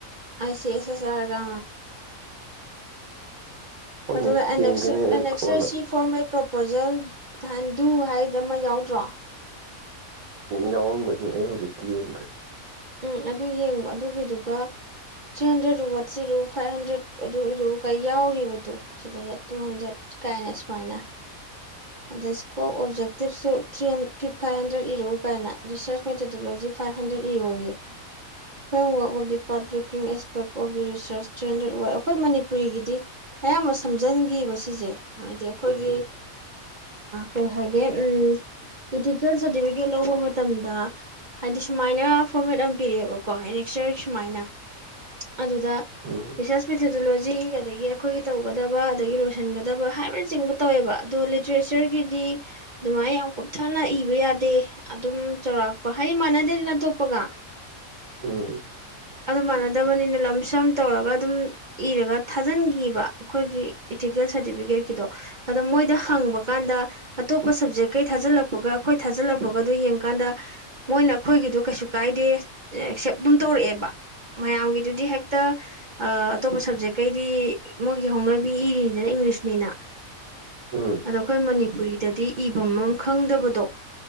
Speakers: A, on the right (about 40°); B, on the right (about 75°).
A: ꯑꯁꯤꯦ ꯑꯁꯦ ꯆꯔꯒ
B: ꯍꯣꯏꯅꯦ
A: ꯑꯗꯨꯒꯁ
B: ꯌꯦꯡꯒꯦꯅꯦ ꯑꯩ
A: ꯑꯦꯅꯦꯛꯁꯔꯁꯤ
B: ꯀꯣꯟꯅ
A: ꯐꯣꯔꯃꯦꯦꯠ ꯄ꯭ꯔꯣꯄꯣꯖꯦꯜ ꯍꯟꯗꯨ ꯍꯥꯏꯗ ꯑꯃ ꯌꯥꯎꯗ꯭ꯔꯣ
B: ꯌꯥꯎꯔꯝꯒꯅꯤ ꯑꯩ ꯍꯧꯖꯤꯛꯇꯤ ꯌꯦꯡꯗ꯭ꯔꯦ
A: ꯎꯝ ꯑꯗꯨ ꯌꯦꯡꯕ ꯑꯗꯨꯒꯤꯗꯨꯒ ꯊ꯭ꯔꯤ ꯍꯟꯗ꯭ꯔꯦꯠ ꯋꯥꯗꯁ ꯏꯔꯨ ꯐꯥꯏꯚ ꯍꯟꯗ꯭ꯔꯦꯗ ꯑꯗꯨ ꯏꯔꯨ ꯀꯥꯏ ꯌꯥꯎꯔꯤꯕꯗꯣ ꯁꯤꯗꯩ ꯇꯨ ꯍꯟꯗ꯭ꯔꯦꯠ ꯀꯥꯏꯅ ꯁꯨꯃꯥꯏꯅ ꯑꯗꯩ ꯏꯁꯀꯣꯞ ꯑꯣꯞꯖꯦꯛꯇꯤꯞꯁꯨ ꯊ꯭ꯔꯤ ꯐꯤ ꯐꯥꯏꯚ ꯍꯟꯗ꯭ꯔꯦꯠ ꯏꯔꯛꯎ ꯀꯥꯏꯅ ꯔꯤꯁꯔꯁ ꯃꯦꯊꯗꯣꯂꯣꯖꯤ ꯐꯥꯏꯚ ꯍꯟꯗ꯭ꯔꯦꯠ ꯏꯔꯣꯌꯦ framework of the part backing aspect of the research three hundred ꯑꯣꯏ ꯑꯩꯈꯣꯏ ꯃꯅꯤꯄꯨꯔꯤꯒꯤꯗꯤ ꯑꯌꯥꯝꯕ ꯁꯝꯖꯟꯈꯤꯕ ꯁꯤꯁꯦ ꯍꯥꯏꯗꯤ ꯑꯩꯈꯣꯏꯒꯤ
B: ꯎꯝ
A: ꯀꯩ ꯍꯥꯏꯒꯦ ꯎ ꯏꯇꯤꯀꯦꯜ ꯁꯥꯔꯇꯤꯐꯤꯀꯦꯠ ꯂꯧꯕ ꯃꯇꯝꯗ ꯍꯥꯏꯗꯤ ꯁꯨꯃꯥꯏꯅ ꯐꯣꯔꯃꯦꯠ ꯑꯃ ꯄꯤꯔꯛꯑꯦꯕꯀꯣ ꯑꯦꯅꯦꯛꯁꯇꯔ ꯁꯨꯃꯥꯏꯅ ꯑꯗꯨꯗꯁꯁ
B: ꯎꯝ
A: ꯖꯂꯣꯖꯤ ꯑꯗꯒꯤ ꯑꯩꯈꯣꯏꯒꯤ ꯇꯧꯒꯗꯕ ꯑꯗꯒꯤ ꯂꯣꯏꯁꯤꯟꯒꯗꯕ ꯍꯥꯏꯕꯅꯆꯤꯡꯕ ꯇꯧꯋꯦꯕ ꯑꯗꯣ ꯇ꯭ꯔꯦꯆꯔꯒꯤꯗꯤ ꯑꯗꯨꯃꯥꯏꯅ ꯌꯥꯝ ꯀꯨꯞꯊꯅ ꯏꯕ ꯌꯥꯗꯦ ꯑꯗꯨꯝ ꯆꯥꯎꯧꯔꯥꯛꯄ ꯍꯥꯏꯗꯤ ꯃꯥꯟꯅꯗꯦꯗꯅ ꯑꯇꯣꯞꯄꯒ
B: ꯑꯝ
A: ꯑꯗꯨ ꯃꯥꯟꯅꯗꯕꯅꯤꯅ ꯂꯝ ꯁꯝ ꯇꯧꯔꯒ ꯑꯗꯨꯝ ꯏꯔꯒ ꯊꯥꯖꯤꯟꯈꯤꯕ ꯑꯩꯈꯣꯏꯒꯤ ꯏꯇꯤꯀꯦꯜ ꯁꯥꯔꯇꯤꯐꯤꯀꯦꯠꯀꯤꯗꯣ ꯑꯗꯣ ꯃꯣꯏꯗ ꯍꯪꯕ ꯀꯥꯟꯗ ꯑꯇꯣꯞꯄ ꯁꯞꯖꯦꯛꯀꯩ ꯊꯥꯖꯤꯜꯂꯛꯄꯒ ꯑꯩꯈꯣꯏ ꯊꯥꯖꯤꯜꯂꯛꯄꯒꯗꯣ ꯌꯦꯡꯀꯥꯟꯗ ꯃꯣꯏꯅ ꯑꯩꯈꯣꯏꯒꯤꯗꯣ ꯀꯩꯁꯨ ꯀꯥꯏꯗꯦ ꯑꯦꯛꯁꯦꯞ ꯑꯗꯨꯝ ꯇꯧꯔꯛꯑꯦꯕ ꯃꯌꯥꯝꯒꯤꯗꯨꯗꯤ ꯍꯦꯛꯇ ꯑꯇꯣꯞꯄ ꯁꯕꯖꯦꯛꯀꯩꯗꯤ ꯃꯣꯏꯒꯤ ꯍꯧꯅꯕꯤ ꯏꯔꯤꯅꯤꯗꯅ ꯏꯪꯂꯤꯁꯅꯤꯅ
B: ꯎꯝ
A: ꯑꯗꯣ ꯑꯩꯈꯣꯏ ꯃꯅꯤꯄꯨꯔꯤꯗꯗꯤ ꯏꯐꯝꯝ ꯈꯪꯗꯕꯗꯣ